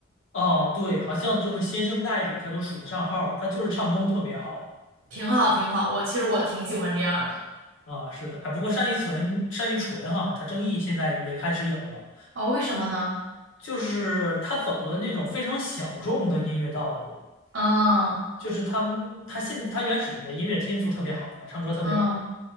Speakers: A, on the left; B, on the right.
A: 哦，对，好像就是新生代里他都数得上号儿他就是唱功特别好。
B: 挺好，挺好。我其实我挺喜欢这样儿的。
A: 啊，是的，哎，不过单依纯，单依纯哈，他争议现在也开始有了，
B: 哦，为什么呢？
A: 就是他走了那种非常小众的音乐道路，
B: 嗯
A: 就是他他现他原始的音乐天赋特别好啊，唱歌特别好听，
B: 嗯